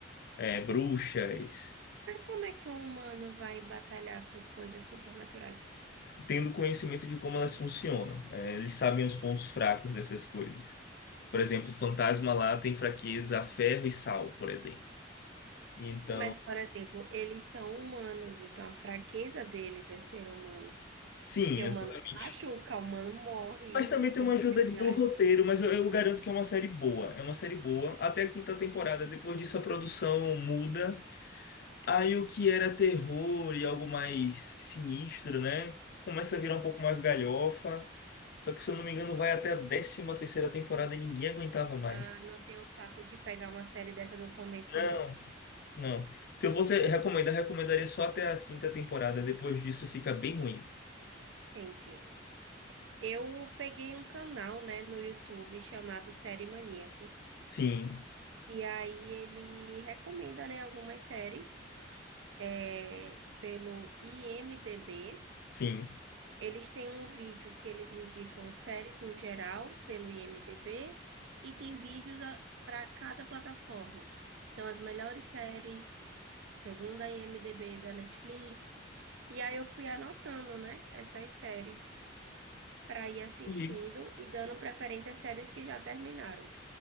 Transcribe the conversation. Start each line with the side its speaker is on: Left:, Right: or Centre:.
Left: É, bruxas.
Right: Mas como é que um humano vai batalhar com coisas supernaturais?
Left: tendo conhecimento de como elas funcionam. É, eles sabem os pontos fracos dessas coisas. Por exemplo, o fantasma lá tem fraqueza a ferro e sal, por exemplo. Então,
Right: Mas, por exemplo, eles são humanos, então a fraqueza deles é ser humanos.
Left: sim,
Right: Porque
Left: exatamente.
Right: humano se machuca, humano morre
Left: Mas também tem
Right: com
Left: uma
Right: facilidade.
Left: ajuda ali do roteiro, mas eu, eu garanto que é uma série boa. É uma série boa até a quinta temporada. Depois disso, a produção muda. Aí o que era terror e algo mais sinistro, né? Começa a virar um pouco mais galhofa. Só que, se eu não me engano, vai até a décima terceira temporada e ninguém aguentava mais.
Right: Ah, não tenho saco de pegar uma série dessa do começo,
Left: Não.
Right: não.
Left: Não. Se eu fosse recomendar, recomendaria só até a quinta temporada. Depois disso fica bem ruim.
Right: Entendi. Eu peguei um canal, né, no YouTube chamado Série Maníacos.
Left: Sim,
Right: E aí ele recomenda, né, algumas séries é, pelo IMDb.
Left: sim.
Right: Eles têm um vídeo que eles indicam séries no geral pelo IMDb e tem vídeos para cada plataforma. Então, as melhores séries, segundo a IMDb da Netflix. E aí eu fui anotando, né, essas séries para ir assistindo
Left: E
Right: e dando preferência às séries que já terminaram.